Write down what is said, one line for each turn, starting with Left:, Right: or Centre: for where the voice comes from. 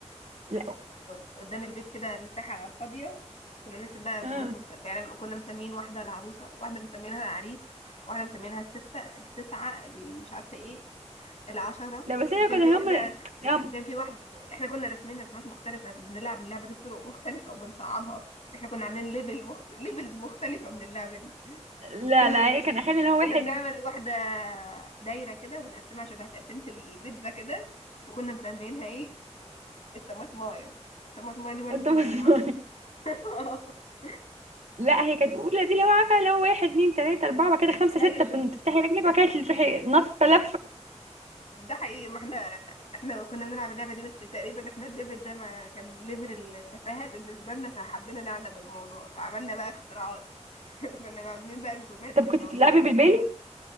Right: لا
Left: قد- قدام البيت كده مساحة فاضية كنا بنرسم بقى رسومات
Right: آه.
Left: مختلفة يعني كنا مسمين واحدة العروسة واحدة مسمينها العريس واحدة مسمينها الستة التسعة اللي مش عارفة ايه العشرة
Right: لا بس
Left: وكان
Right: هي كانوا
Left: في واحدة
Right: هم هم
Left: كان في واحد احنا كنا راسمين رسمات مختلفة بنلعب اللعبة دي بطرق مختلفة وبنصعبها احنا كنا عاملين ليفل مخت... ليفلز مختلفة من اللعبة دي
Right: لا
Left: وكنا
Right: لا
Left: عاملين
Right: هي كان اخلي اللي هو واحد
Left: كنا بنعمل واحدة دايرة كده ونقسمها شبه تقسيمة البيتزا كده وكنا مسمينها ايه الطماطماية الطماطماية دي برضو
Right: انت
Left: كنا
Right: <laughs> بصمي
Left: بنلعبها <laughs>
Right: لا هي كانت اولى دي اللي هو عارفه اللي هو واحد اتنين تلاته اربعه بعد كده خمسه
Left: ايوه
Right: سته فن- تفتحي رجلك وبعد كده تروحي نطه لفه
Left: ده حقيقي ما احنا احنا كنا بنلعب اللعبة دي بس تقريبا احنا الليفل ده ما كان ليفل التفاهة بالنسبة لنا فحبينا نعلم الموضوع فعملنا بقى اختراعات <laughs> كنا عاملين بقى رسومات
Right: طب
Left: في
Right: كنت
Left: الموضوع
Right: بتلعبي بالبالي؟